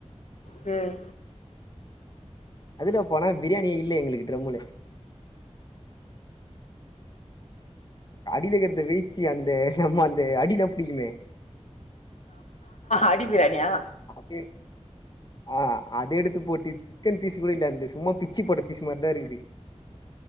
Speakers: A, on the left; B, on the left.
A: ம்
B: அதுல போனா பிரியாணியே இல்ல எங்களுக்கு ட்ரம்முள அடிலக்கிறத வேய்ச்சு அந்த நம்ம அந்த அடில புடிக்குமே
A: அடி பிரியாணி யா
B: அது ஆ அத எடுத்து போட்டு சிக்கன் பீஸு கூட இல்ல அந்து சும்மா பிச்சி போட்ட பீஸு மாரிதா இருக்குது